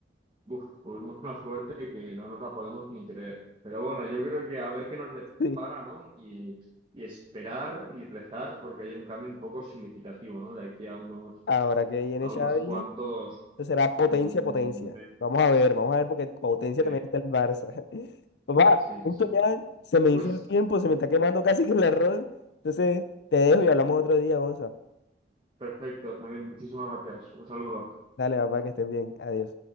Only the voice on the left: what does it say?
<laughs> sí.
Ahora que viene
Xavi,
esto será potencia,
potencia.
Vamos a ver, vamos a ver porque potencia
también está el Barça. <laughs> Papá,
justo
ya se me
hizo el tiempo, se me está quemando casi que el arroz. Entonces, te dejo y hablamos otro día, Gonza.
Dale, papá, que estés bien. Adiós.